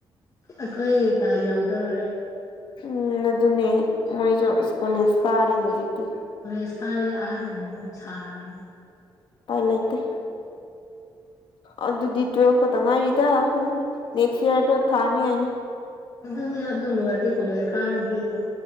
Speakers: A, on the left; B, on the left.
A: ꯑꯩꯈꯣꯏ ꯀ ꯌꯧꯗꯧꯔꯦ꯫
B: ꯎꯝ ꯑꯗꯨꯅꯦ ꯃꯣꯏꯁꯨ ꯀꯣꯂꯦꯖ ꯀꯥꯔꯦꯅꯦ ꯍꯧꯖꯤꯛꯇꯤ꯫
A: ꯀꯣꯂꯦꯁ ꯀꯔꯗꯤ ꯑꯍꯟ ꯑꯗꯨꯝ ꯁꯥꯔꯅꯤ꯫
B: ꯎꯄꯥꯏ ꯂꯩꯇꯦ ꯑꯗꯨꯗꯤ ꯇꯨꯋꯦꯜꯐ ꯈꯛꯇ ꯉꯥꯏꯔꯤꯗ꯫ ꯅꯦꯛꯁ ꯌꯔꯗꯣ ꯊꯥꯅꯤ ꯉꯥꯏꯅꯦ꯫
A: ꯑꯗꯨꯅꯦ ꯑꯗꯨ ꯂꯣꯏꯔꯗꯤ ꯀꯣꯂꯦꯁ ꯀꯥꯔꯗꯤ ꯑꯗꯣ꯫